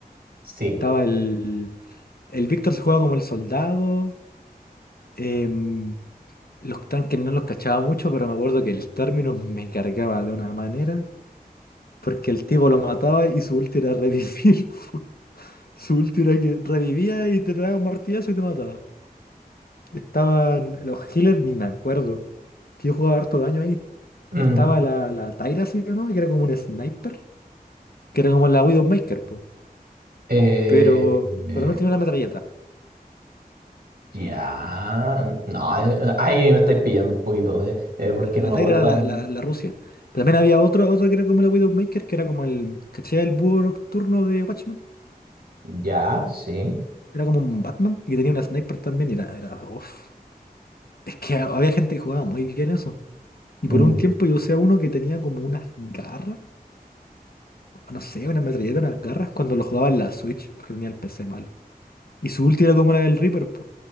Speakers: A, on the right; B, on the left.
A: sí.
B: Estaba el. El Víctor se jugaba como el soldado. em, los tanques no los cachaba mucho, pero me acuerdo que el Terminus me cargaba de una manera. Porque el tipo lo mataba y su ulti era revivir. <laughs> Su ulti era que revivía y te traía un martillazo y te mataba. Estaban los healers, ni me acuerdo. Que yo jugaba harto daño ahí.
A: mm,
B: Estaba la, la Tyra, ¿sí o no? Que era como un sniper. Que era como la Widowmaker, po.
A: eh,
B: Pero,
A: Mm.
B: pero también tenía una metralleta.
A: Ya, no, eh, eh, ahí me estáis pillando un poquito, eh, eh, porque
B: La
A: no me
B: Tyra
A: acuerdo.
B: era la,
A: Mm,
B: la, la Rusia. Pero también había otro, otro que era como la Widowmaker, que era como el... ¿Cachai? El búho nocturno de Watchmen.
A: Ya, sí.
B: Era como un Batman. Y tenía una sniper también. Y era... era uf. Es que había gente que jugaba muy bien eso. Y por
A: Mm,
B: un tiempo yo usé a uno que tenía como unas garras. o no sé, una metralleta, unas garras, cuando lo jugaba en la Switch, porque tenía el PC malo. Y su ulti era como la del Reaper, pues.